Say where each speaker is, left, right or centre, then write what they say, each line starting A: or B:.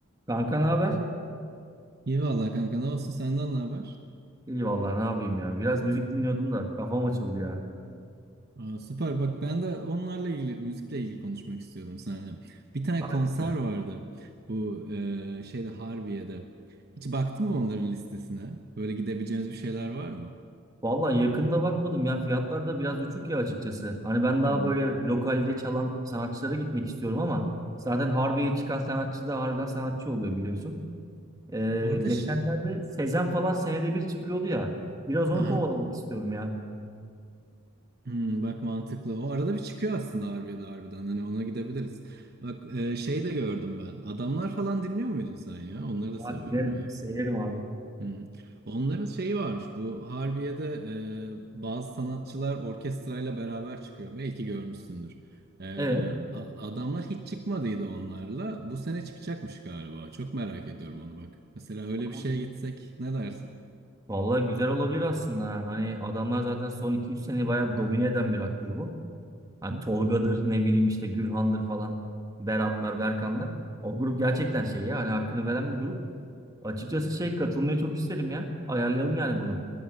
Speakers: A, on the right; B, on the right.
A: Kanka ne haber?
B: İyi valla kanka ne olsun senden ne haber?
A: İyi vallahi ne yapayım ya. Biraz müzik dinliyordum da kafam açıldı ya.
B: Aa, süper bak ben de onlarla ilgili müzikle ilgili konuşmak istiyordum seninle. Bir tane
A: Ha,
B: konser
A: ne güzel.
B: vardı bu e, şeyde Harbiye'de. Hiç baktın mı onların listesine? Böyle gidebileceğiniz bir şeyler var mı?
A: Vallahi yakında bakmadım ya. Fiyatlar da biraz uçuk ya açıkçası. Hani ben daha
B: Hmm.
A: böyle lokalde çalan sanatçılara gitmek istiyorum ama zaten Harbiye'ye çıkan sanatçı da harbiden sanatçı oluyor biliyorsun. Ee,
B: Orada
A: geçenlerde
B: ş-
A: Sezen falan senede bir çıkıyordu ya. Biraz onu
B: Aha.
A: kovalamak istiyorum ya.
B: Hmm, bak mantıklı. O arada bir çıkıyor aslında Harbiye'de harbiden. Hani ona gidebiliriz. Bak e, şey de gördüm ben. Adamlar falan dinliyor muydun sen ya? Onları da seviyorum
A: Abi dinlerim, severim abi.
B: Hı. hı. Onların şeyi varmış bu Harbiye'de e, bazı sanatçılar orkestrayla beraber çıkıyor. Belki görmüşsündür. E,
A: Evet.
B: a- adamlar hiç çıkmadıydı onlarla. Bu sene çıkacakmış galiba. Çok merak ediyorum onu bak. Mesela öyle
A: Abi,
B: bir şeye gitsek ne dersin?
A: Vallahi güzel olabilir aslında. ha. Hani adamlar zaten son iki üç seneyi bayağı domine eden bir rock grubu. Hani
B: Hı?
A: Tolga'dır ne bileyim işte Gülhan'dır falan. Beratlar, Berkanlar. O grup gerçekten şey ya hani hakkını veren bir grup. Açıkçası şey katılmayı çok isterim ya. Ayarlayalım yani bunu.